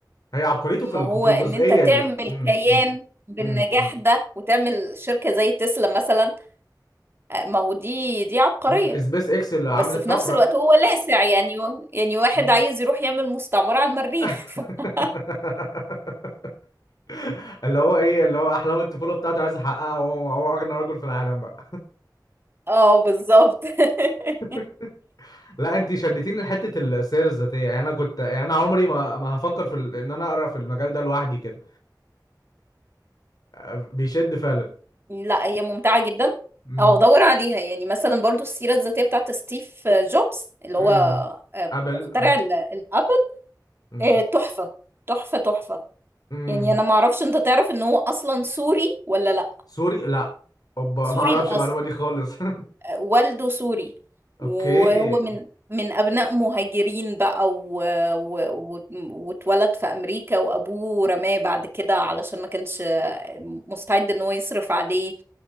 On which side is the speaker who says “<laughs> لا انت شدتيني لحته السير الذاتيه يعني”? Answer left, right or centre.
Left